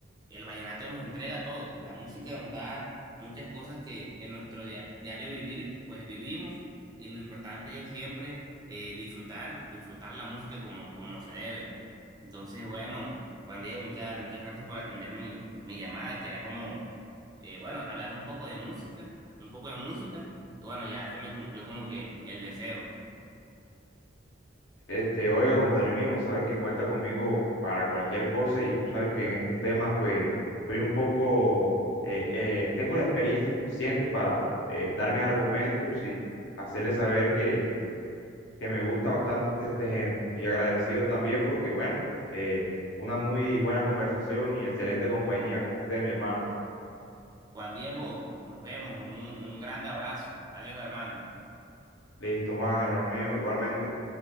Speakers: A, on the right; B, on the left.
A: el vallenato nos entrega todo. La música nos da muchas cosas que en nuestro dia- diario vivir, pues vivimos. Y lo importante es siempre eh, disfrutar, disfrutar la música como, como se debe. Entonces, bueno, Juan Diego, muchas, muchas gracias por atender mi, mi llamada, que era como eh, bueno, hablar un poco de música, un poco de música, y bueno, ya se me cumplió como que el deseo.
B: Este, oiga, compadre mío, sabes que cuenta conmigo para cualquier cosa y tú sabes que en estos temas, pues, estoy un poco, eh, eh, tengo la experiencia suficiente para eh, dar mis argumentos y hacerle saber que que me gusta bastante este género. Y agradecido también porque, bueno, eh, una muy buena conversación y excelente compañía con usted, mi hermano.
A: Juan Diego, nos vemos, un, un grande abrazo. Adiós, hermano.
B: Listo, Juan, hermano mío, igualmente.